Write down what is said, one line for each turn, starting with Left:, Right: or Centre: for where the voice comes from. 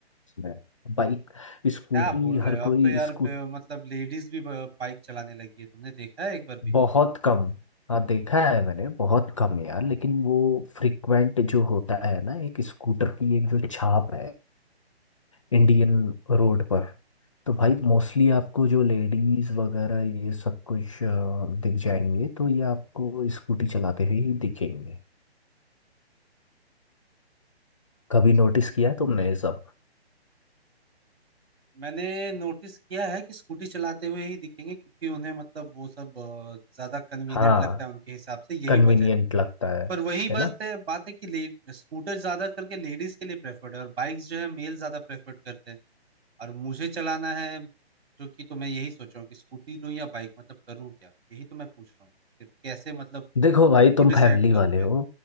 Left: उसमें बाइक स्कूटी
Right: क्या बोल रहे
Left: हर
Right: हो अब
Left: कोई
Right: तो यार
Left: स्कूट
Right: ब- मतलब लेडीज भी ब- बाइक चलाने लगी है तुमने देखा है एक बार भी
Left: बहुत कम हाँ देखा है मैंने बहुत कम यार लेकिन वो फ्रिक्वेंट जो होता है ना एक स्कूटर की एक जो छाप है इंडियन रोड पर तो भाई मोस्टली आपको जो लेडीज वगैरह ये सब कुछ अ, दिख जाएंगे तो ये आपको स्कूटी चलाते हुए ही दिखेंगे कभी नोटिस
Right: हाँ
Left: किया तुमने ये सब
Right: मैंने नोटिस किया है कि स्कूटी चलाते हुए ही दिखेंगे क्योंकि उन्हें मतलब वो सब अ, ज्यादा कन्वीनियंट
Left: हाँ
Right: लगता है उनके हिसाब से यही
Left: कन्वीनियंट
Right: वजह है
Left: लगता है
Right: पर वही बस
Left: है ना
Right: है बात है कि ले स्कूटर ज्यादा करके लेडीज के लिए प्रेफर्ड है और बाइक्स जो है मेल ज्यादा प्रेफर्ड करते हैं और मुझे चलाना है जो कि तो मैं यही सोच रहा हूँ कि स्कूटी लूँ या बाइक मतलब करूँ क्या यही तो मैं पूछ रहा हूँ फिर कैसे मतलब
Left: देखो भाई
Right: तो
Left: तुम
Right: डिसाइड
Left: फैमिली
Right: करूँ
Left: वाले
Right: फिर
Left: हो